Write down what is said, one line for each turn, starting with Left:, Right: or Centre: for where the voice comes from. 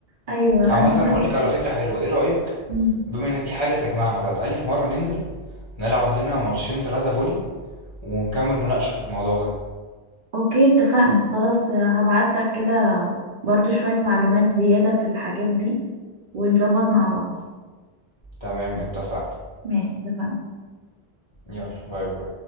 Right: أيوة أنا
Left: عامة
Right: بجد
Left: اقول لك على فكرة حلوة ايه رأيك
Right: أمم.
Left: بما ان دي حاجة تجمعنا بقى تعالي في مرة ننزل نلعب لنا ماتشين تلاتة فولي ونكمل مناقشة في الموضوع ده
Right: أوكي اتفقنا خلاص آه، هبعتلك كده برضو شوية معلومات زيادة في الحاجات دي ونظبط مع بعض
Left: تمام اتفقنا
Right: ماشي اتفقنا
Left: يلا باي باي